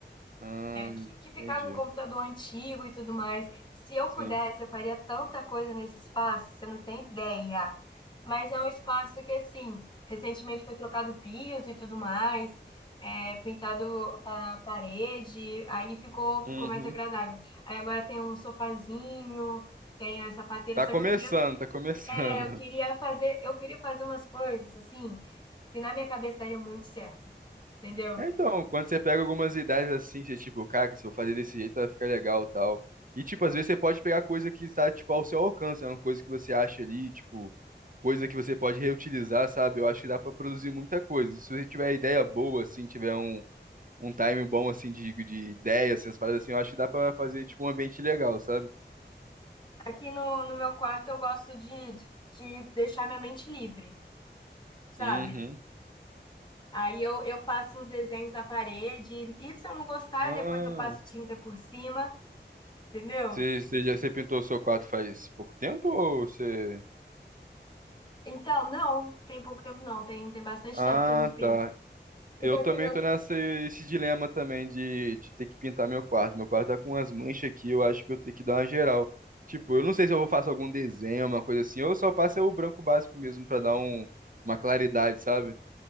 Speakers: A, on the right; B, on the left.
A: Ah,
B: que, que ficava
A: entendi.
B: um computador antigo e tudo mais. Se eu
A: Sim.
B: pudesse, eu faria tanta coisa nesse espaço, você não tem ideia. Mas é um espaço que, assim, recentemente foi trocado piso e tudo mais, é, pintado a parede, aí ficou,
A: Uhum.
B: ficou mais agradável. Aí agora tem um sofazinho, tem a sapateira,
A: Tá
B: só
A: começando,
B: que eu queria,
A: tá começando.
B: é, eu queria
A: <laughs>
B: fazer, eu queria fazer umas coisas, assim, que na minha cabeça daria muito certo. Entendeu?
A: É, então, quando você pega algumas ideias assim, você tipo, cara, se eu fazer desse jeito vai ficar legal e tal. E, tipo, às vezes você pode pegar coisa que está, tipo, ao seu alcance, é uma coisa que você acha ali, tipo, coisa que você pode reutilizar, sabe? Eu acho que dá pra produzir muita coisa. Se você tiver ideia boa, assim, tiver um um time bom, assim, de, de ideia, assim, as paradas assim, eu acho que dá pra fazer, tipo, um ambiente legal, sabe?
B: Aqui no, no meu quarto eu gosto de, de, de deixar minha mente livre, sabe?
A: Uhum.
B: Aí eu, eu faço uns desenhos na parede, e se eu não gostar,
A: Ah,
B: depois eu passo tinta por cima, entendeu?
A: você, você já você pintou o seu quarto faz pouco tempo ou você...
B: Então, não, tem pouco tempo não, tem, tem bastante
A: Ah,
B: tempo que eu não pinto.
A: tá. Eu
B: Tipo assim,
A: também
B: eu.
A: tô nessa esse dilema também de, de ter que pintar meu quarto. Meu quarto tá com umas manchas aqui, eu acho que eu tenho que dar uma geral. Tipo, eu não sei se eu vou fazer algum desenho, uma coisa assim, ou eu só passo o branco básico mesmo pra dar um, uma claridade, sabe?